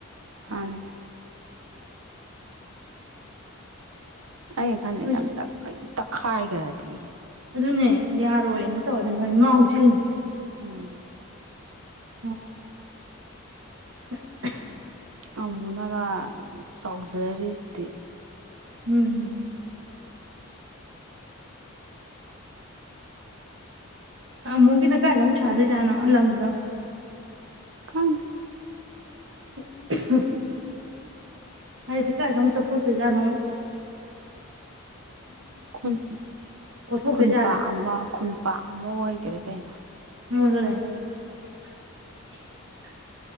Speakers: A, on the right; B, on the right.
A: ꯃꯥꯅꯦ ꯑꯩ ꯈꯜꯂꯤ
B: ꯍꯧꯖꯤꯛ
A: ꯑꯝꯇꯪ ꯇꯛꯈꯥꯏꯒ꯭ꯔꯗꯤ꯫
B: ꯑꯗꯨꯅꯦ ꯌꯥꯔꯣꯏꯅ ꯇꯧꯔꯗꯤ ꯃꯣꯏ ꯉꯥꯎꯆꯦꯟꯅꯤ꯫
A: ꯎꯝ꯫
B: <inaudible> <unintelligible>
A: ꯑꯃꯨꯅꯒ ꯆꯥꯎꯖꯔꯤꯁꯤꯗꯤ꯫
B: ꯎꯝ꯫ ꯑꯃꯨꯒꯤꯅ ꯀꯥꯏꯗ ꯑꯃꯨꯛ ꯁꯥꯗꯣꯏ ꯖꯥꯅꯣ ꯂꯝꯗꯣ꯫
A: ꯈꯪꯗꯦ꯫
B: <unintelligible> ꯍꯥꯏꯗꯤ ꯀꯥꯏꯗ ꯃꯨꯛ ꯇꯛꯊꯣꯛꯇꯣꯏꯖꯥꯅꯣ꯫
A: ꯈꯨꯟ
B: ꯀꯣꯊꯣꯛꯇꯣꯏꯖꯥꯠꯂꯥ
A: ꯈꯨꯟꯄꯥꯛ ꯑꯃ ꯈꯨꯟꯄꯥꯛ ꯑꯃ ꯑꯣꯏꯒ꯭ꯔꯦ꯫ ꯀꯩꯅꯣ꯫
B: <unintelligible>